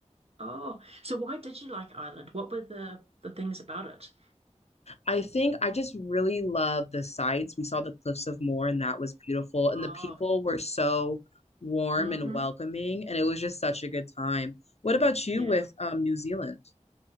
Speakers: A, on the right; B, on the left.
A: Oh, so why did you like Ireland? What were the the things about it?
B: I think I just really love the sights. We saw the cliffs of Moher, and that was beautiful. And
A: Oh,
B: the people were so warm
A: hmm
B: and welcoming, and it was just such a good time. What about you
A: Yeah.
B: with um, New Zealand?